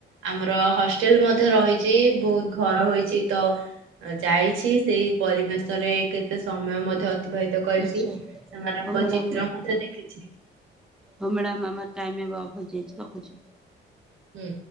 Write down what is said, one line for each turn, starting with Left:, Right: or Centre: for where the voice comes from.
Right: ଆମର ହଷ୍ଟେଲ ମଧ୍ୟ ରହିଛି ବହୁତ ଘର ହୋଇଛିତ ଯାଇଛି ସେଇ ପରିବେଶରେ କେତେ ସମୟ ମଧ୍ୟ। ଭେଦ କରିଛି
Centre: ଆଚ୍ଛା।
Right: ସେମାନଙ୍କ
Centre: ହଁ ମ୍ୟାଡ଼ାମ
Right: ଚିତ୍ର ମଧ୍ୟ ଦେଖିଛି।
Centre: ହଁ ମ୍ୟାଡାମ ଆମର ଟାଇମ ଏବେ ଅଫ ହେଇଯାଇଛି ରଖୁଛି।
Right: ଉୁଁ।